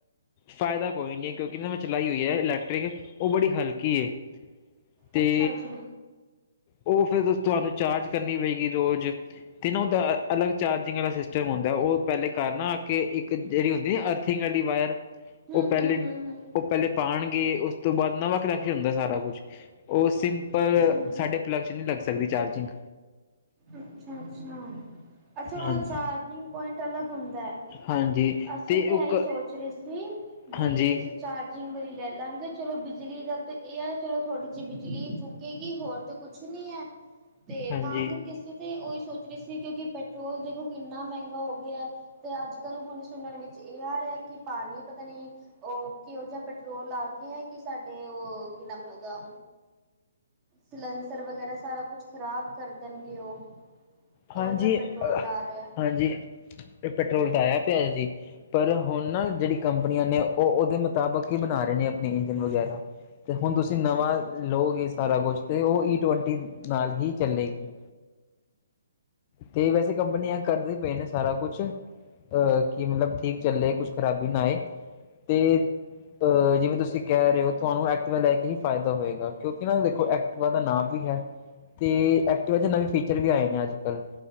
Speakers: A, on the left (about 35°); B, on the right (about 20°).
A: ਫਾਇਦਾ ਕੋਈ ਨਹੀਂ ਹੈ, ਕਿਉਂਕਿ ਨਾ ਮੈਂ ਚਲਾਈ ਹੋਈ ਹੈ, ਇਲੈਕਟ੍ਰਿਕ ਉਹ ਬੜੀ ਹਲਕੀ ਹੈ ਤੇ
B: ਅੱਛਾ ਜੀ
A: ਉਹ ਫਿਰ ਤੁਹਾਨੂੰ ਚਾਰਜ ਕਰਨੀ ਪਏਗੀ ਰੋਜ਼ ਤੇ ਨਾ ਉਹਦਾ ਅਲੱਗ ਚਾਰਜਿੰਗ ਵਾਲਾ ਸਿਸਟਮ ਹੁੰਦਾ ਉਹ ਪਹਿਲੇ ਘਰ ਨਾ ਆ ਕੇ ਇੱਕ ਜਿਹੜੀ ਹੁੰਦੀ ਨਾ ਅਰਥ ਅਰਥੀਗ ਆਲੀ ਵਾਇਰ
B: ਹੂੰ
A: ਉਹ ਪਹਿਲੇ
B: ਹੂੰ ਹੂੰ ਹੂੰ
A: ਉਹ ਪਹਿਲੇ ਪਾਣਗੇ ਉਸ ਤੋਂ ਬਾਅਦ ਨਵਾਂ ਕਨੈਕਸ਼ਨ ਹੁੰਦਾ ਸਾਰਾ ਕੁਛ ਉਹ ਸਿੰਪਲ
B: ਅੱਛਾ
A: ਸਾਡੇ ਪਲੱਗ 'ਚ ਨੀ ਲੱਗ ਸਕਦੀ ਚਾਰਜਿੰਗ
B: ਅੱਛਾ! ਅੱਛਾ! ਅੱਛਾ! ਉਹਨਾਂ
A: ਹਾਂਜੀ
B: ਦਾ ਚਾਰਜਿੰਗ ਪੁਆਇੰਟ ਅਲੱਗ ਹੁੰਦਾ ਹੈ
A: ਹਾਂਜੀ
B: ਅਸੀਂ
A: ਤੇ
B: ਤਾਂ
A: ਉਹ
B: ਇਹੀ ਸੋਚ ਰਹੇ ਸੀ ਵੀ
A: ਹਾਂਜੀ
B: ਅਸੀਂ ਚਾਰਜਿੰਗ ਵਾਲੀ ਲੈ ਲਾਂਗੇ, ਚਲੋ ਬਿਜਲੀ ਦਾ ਤਾਂ ਇਹ ਆ ਚਲੋ ਥੋੜੀ ਜਿਹੀ ਬਿਜਲੀ ਫੂਕੇਗੀ ਹੋਰ ਤੇ ਕੁਛ ਨੀ ਹੈ ਤੇ
A: ਹਾਂਜੀ
B: ਤਾਂ ਕਰਕੇ ਅਸੀਂ ਤੇ ਉਹੀ ਸੋਚ ਰਹੀ ਸੀ, ਕਿਉਂਕਿ ਪੈਟਰੋਲ ਦੇਖੋ ਕਿੰਨਾ ਮਹਿੰਗਾ ਹੋ ਗਿਆ ਹੈ, ਤੇ ਅੱਜ- ਕੱਲ ਹੁਣ ਸੁਣਨ ਵਿੱਚ ਇਹ ਆ ਰਿਹਾ ਹੈ ਕਿ ਪਾਣੀ ਪਤਾ ਨਹੀਂ ਉਹ ਕਿਹੋ ਜਿਹਾ ਪੈਟਰੋਲ ਆ ਗਿਆ ਹੈ, ਕਿ ਸਾਡੇ ਉਹ ਕੀ ਨਾਮ ਉਹਦਾ ਸਲੈਂਸਰ ਵਗੈਰਾ ਸਾਰਾ ਕੁਛ ਖ਼ਰਾਬ ਕਰ ਦੇਣਗੇ ਉਹ
A: ਹਾਂਜੀ!
B: ਉਹ ਜਿਹਾ ਪੈਟਰੋਲ ਆ ਰਿਹਾ
A: ਹਾਂਜੀ! ਇਹ ਪੈਟਰੋਲ ਤਾਂ ਆਇਆ ਪਿਆ ਜੀ ਪਰ ਹੁਣ ਨਾ ਜਿਹੜੀ ਕੰਪਨੀਆਂ ਨੇ ਉਹ ਉਹਦੇ ਮੁਤਾਬਕ ਹੀ ਬਣਾ ਰਹੇ ਨੇ ਆਪਣੇ ਇੰਜਨ ਵਗੈਰਾ ਤੇ ਹੁਣ ਤੁਸੀਂ
B: ਅੱਛਾ
A: ਨਵਾਂ
B: ਅੱਛਾ
A: ਲਓਗੇ ਸਾਰਾ ਕੁਛ ਤੇ ਉਹ ਈ ਟਵੰਟੀ ਨਾਲ ਹੀ ਚੱਲੇਗੀ ਤੇ ਵੈਸੇ ਕੰਪਨੀਆਂ ਕਰਦੇ ਪਏ ਨੇ ਸਾਰਾ ਕੁਛ ਅਹ ਕਿ ਮਤਲਬ ਠੀਕ ਚੱਲੇ ਕੁਛ ਖ਼ਰਾਬੀ ਨਾ ਆਏ ਤੇ ਅ ਜਿਵੇਂ ਤੁਸੀਂ ਕਹਿ ਰਹੇ ਹੋ, ਤੁਹਾਨੂੰ ਐਕਟਿਵਾ ਲੈ ਕੇ ਹੀ ਫਾਇਦਾ ਹੋਏਗਾ, ਕਿਉਂਕਿ ਨਾ ਦੇਖੋ ਐਕਟਿਵਾ ਦਾ ਨਾਮ ਵੀ ਹੈ ਤੇ ਐਕਟਿਵਾ 'ਚ ਨਵੇਂ ਫੀਚਰ ਵੀ ਆਏ ਨੇ ਅੱਜ- ਕੱਲ੍ਹ